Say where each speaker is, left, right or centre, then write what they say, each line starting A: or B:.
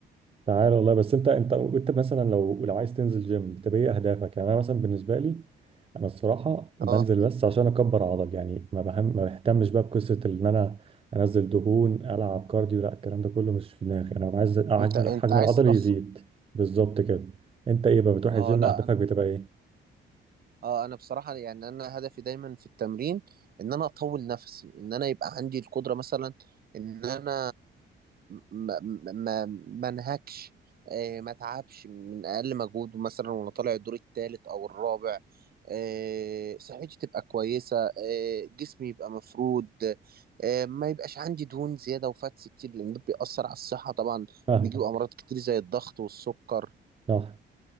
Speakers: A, on the right; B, on the right.
A: تعال والله بس انت انت انت مثلا لو لو عايز تنزل جيم بتبقى ايه اهدافك يعني انا مثلا بالنسبه لي انا الصراحه بنزل
B: اه
A: بس عشان اكبر عضل يعني ما بهم ما بهتمش بقى بقصه ان انا انزل دهون العب كارديو لا الكلام ده كله مش في دماغي انا عايز حجم
B: انت انت
A: حجم
B: عايز
A: العضل
B: تضخم
A: يزيد بالظبط كده انت ايه بقى بتروح الجيم
B: اه لا
A: اهدافك بتبقى ايه
B: اه انا بصراحة يعني انا هدفي دايما في التمرين ان انا اطول نفسي ان انا يبقى عندي القدرة مثلا ان انا ما ما ما انهكش آه، ما اتعبش من اقل مجهود مثلا وانا طالع الدور الثالث او الرابع آه، صحتي تبقى كويسة آه، جسمي يبقى مفرود آه، ما يبقاش عندي دهون زيادة وفاتس كتير لان ده بيأثر على الصحة طبعا
A: فاهمك
B: وبيجيب امراض كتير زي الضغط والسكر
A: صح.